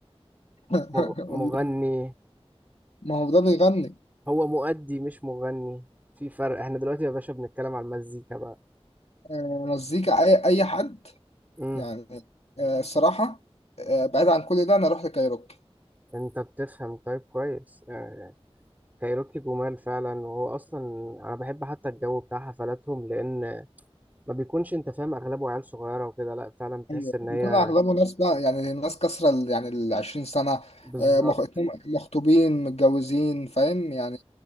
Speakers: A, on the left (about 80°); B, on the right (about 15°).
A: <laughs>
B: مغ-
A: والله
B: مغني
A: ما هو ده بيغني
B: هو مؤدي مش مغني في فرق احنا دلوقتي يا باشا بنتكلم على المزيكا بقى
A: آه، مزيكا اي اي حد
B: امم
A: يعني آه، الصراحه آه، بعيد عن كل ده انا اروح لكايروكي
B: انت بتفهم طيب كويس يعني كايروكي جمال فعلا وهو اصلا انا بحب حتى الجو بتاع حفلاتهم لان ما بيكونش انت فاهم اغلبه عيال صغيره وكده لا فعلا بتحس
A: ايوه
B: ان
A: بيكون
B: هي
A: اغلبه ناس بقى يعني ناس كسرى ال- يعني ال 20 سنه
B: بالظبط
A: آه، مخ- اتنين مخطوبين متجوزين فاهم يعني